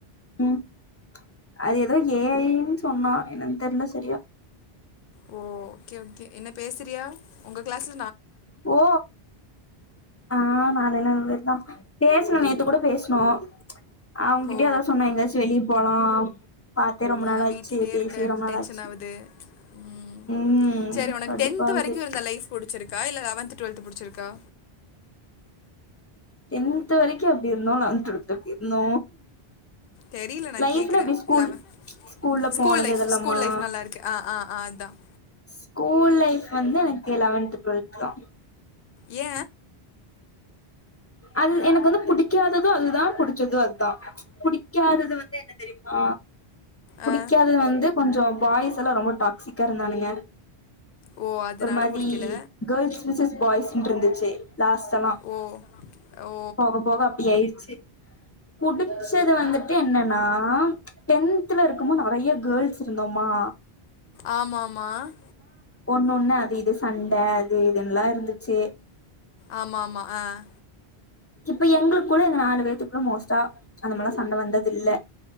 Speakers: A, on the left (about 25°); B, on the left (about 65°).
A: ம் அது ஏதோ ஏ அய் னு சொன்னா என்னன்னு தெர்ல சரியா.
B: ஓ ஓகே ஓகே என்ன பேசுறியா உங்க கிளாஸ்
A: ஓ ஆ நாலே நாலு பேர் தா பேசுனோ நேத்து கூட பேசுனோ. அவங்கிட்டையு
B: ஓ
A: அதா சொன்ன எங்காச்சு வெளிய போலா. பாத்தே ரொம்ப நாள்
B: ஆ
A: ஆச்சு
B: வீட்லே
A: பேசியே
B: இருக்க
A: ரொம்ப நாள்
B: டென்ஷன்
A: ஆச்சு
B: ஆவுது ம்
A: ம்
B: செரி உனக்கு
A: கடுப்பாவுது
B: டென்த் வரைக்கு இருந்த லைஃப் புடிச்சிருக்கா இல்ல லெவன்த் டுவெல்த்து புடிச்சிருக்கா?
A: டென்த் வரைக்கு அப்டி இருந்தோ லெவன்த்து <unintelligible> இருந்தோ
B: தெரியல நான்
A: லைப்ல
B: கேட்குறேன்
A: எப்டி ஸ்கூல்
B: லெவன்
A: ஸ்கூல்ல
B: ஸ்கூல்
A: போனது
B: லைஃப்
A: இதெலம்மா
B: ஸ்கூல் லைஃப் நல்லா இருக்கு ஆ ஆ ஆ அதான்
A: ஸ்கூல் லைஃப் வந்து ஏ லெவன்த் டுவெல்த் தா
B: ஏ
A: அது எனக்கு வந்து புடிக்காதது அதுதா புடிச்சது அதுதா. புடிக்காதது வந்து என்ன தெரியுமா பு
B: ஆ
A: டிக்காதது வந்து. கொஞ்ச பாய்ஸ் எல்லா ரொம்ப டாக்சிக்கா இருந்தானுங்க.
B: ஓ அதனால
A: ஒரு மாதி
B: பிடிக்கல
A: கேர்ள்ஸ் பினவிஸ் வாய்சுந்திருந்துசி லாஸ்ட அனா
B: ஓ ஓ
A: போக போக அப்டி ஆயிடுச்சு புடிச்சது வந்துட்டு என்னன்னா! டென்துல இருக்கும்போது நெறைய கேர்ள்ஸ் இருந்தோமா.
B: ஆமாமான்
A: ஒன்னொன்னும் அது இது சண்டை அது இதுன்லாம் இருந்துச்சு.
B: ஆமா ஆமா ஆன்
A: இப்ப எங்களுக்குள்ள எங்க நாலு பேத்துக்குள்ள மோஸ்ட்டா அந்த மாறிலா சண்டை வந்தது இல்ல.